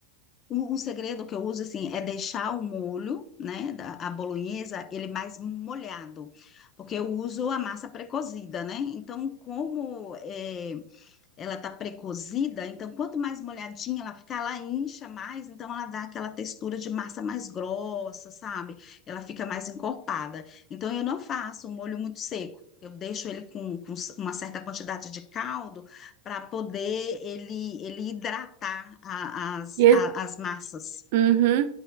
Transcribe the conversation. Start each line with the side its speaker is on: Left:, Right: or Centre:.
Left: um, um segredo que eu uso, assim, é deixar o molho, né? Da, a bolonhesa, ele mais molhado, porque eu uso a massa pré-cozida, né? Então, como é, ela tá precozida, então quanto mais molhadinha ela ficar, ela incha mais, então ela dá aquela textura de massa mais grossa, sabe? Ela fica mais encorpada. Então eu não faço um molho muito seco. Eu deixo ele com, com uma certa quantidade de caldo para poder ele, ele hidratar a- as,
Right: E, e-
Left: a- as massas.
Right: uhum.